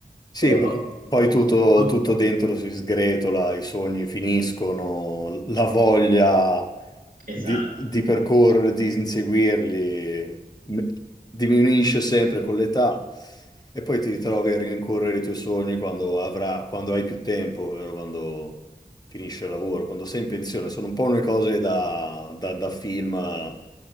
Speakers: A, on the left; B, on the right.
A: Sì,
B: però
A: per-
B: il
A: poi
B: costo,
A: tutto,
B: no?
A: tutto dentro si sgretola, i sogni finiscono, la voglia di,
B: Esatto.
A: di percorrere, di inseguirli m- diminuisce sempre con l'età e poi ti ritrovi a rincorrere i tuoi sogni quando avra- quando hai più tempo, ovvero quando finisce il lavoro, quando sei in pensione. Sono un po' le cose da, da- da film eh,